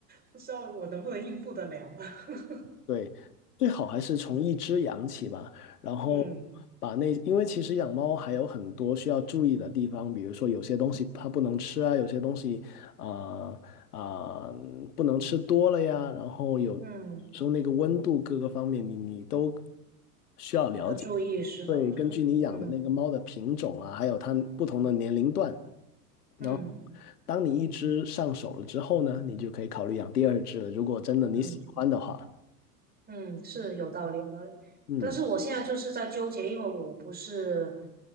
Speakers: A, on the right; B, on the left.
A: 不知道我能不能应付得了。<laughs>
B: 对，最好还是从一只养起吧，然后嗯
A: 嗯
B: 把那，因为其实养猫还有很多需要注意的地方，比如说有些东西它不能吃啊，有些东西啊啊、呃呃不能吃多了呀，然后有
A: 嗯，
B: 时候那个温度各个方面你你都需要了解。
A: 要注意是吧？
B: 会根据你养的那个猫的品种啊，
A: 对，嗯
B: 还有它不同的年龄段，
A: 嗯。
B: 然后当你一只上手了之后呢，你就可以考虑养第二只了，如果真的你喜欢的话，
A: 嗯嗯，是有道理，有道理。
B: 嗯。
A: 但是我现在就是在纠结，因为我不是